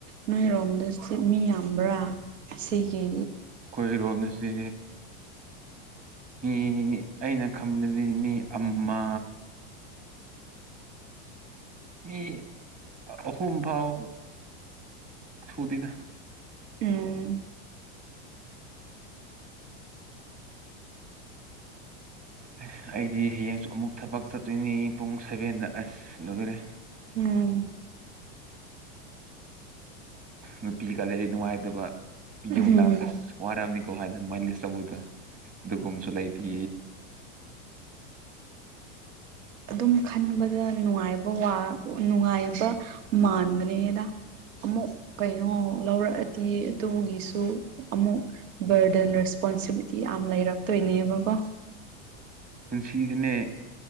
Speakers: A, on the right; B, on the right.
A: ꯅꯣꯏꯔꯣꯝꯗ ꯃꯤ ꯌꯥꯝꯕ꯭ꯔꯥ ꯑꯁꯤꯒꯤ
B: ꯑꯩꯣꯏ ꯔꯣꯕ ꯅ ꯁꯤꯦ ꯃꯤ ꯑꯩꯅ ꯈꯟꯕꯗꯗꯤ ꯃꯤ ꯑꯃ ꯃꯤ ꯑꯍꯨꯝ ꯐꯥꯎ ꯁꯨꯗꯗ
A: ꯎꯝ
B: ꯑꯁ ꯑꯩꯗꯤ ꯍꯌꯦꯡꯁꯨ ꯑꯃꯨꯛ ꯊꯕꯛ ꯆꯠꯇꯣꯏꯅꯤ ꯄꯨꯡ ꯁꯦꯚꯦꯟꯗ ꯑꯁ ꯂꯣꯏꯔꯦ
A: ꯎꯝ
B: ꯅꯨꯄꯤꯒ ꯂꯩꯔꯤ ꯅꯨꯡꯉꯥꯏꯇꯕ ꯌꯨꯝꯂ
A: ꯎꯝ
B: ꯑꯁ ꯋꯥꯔꯔꯕꯅꯤꯀꯣ ꯍꯥꯏꯅ ꯃꯂꯤꯁꯇꯕꯨꯗꯣ ꯑꯗꯨꯒꯨꯝꯕꯁꯨ ꯂꯩꯥꯏꯇꯤ
A: ꯑꯗꯨꯝ ꯈꯟꯕꯗ ꯅꯨꯡꯉꯥꯏꯕ ꯅꯨꯡꯉꯥꯏꯕ ꯃꯥꯟꯕꯅꯦꯗ ꯑꯃꯨꯛ ꯀꯩꯅꯣ ꯂꯧꯔꯛꯑꯗꯤ ꯑꯗꯨꯒꯤꯁꯨ ꯑꯃꯨꯛ ꯕꯔꯗꯟ ꯔꯦꯁꯄꯣꯟꯁꯤꯕꯤꯂꯤꯇꯤ ꯌꯥꯝ ꯂꯩꯔꯛꯇꯣꯏꯅꯦꯕꯀꯣ
B: ꯄꯨꯟꯁꯤꯗꯅꯦ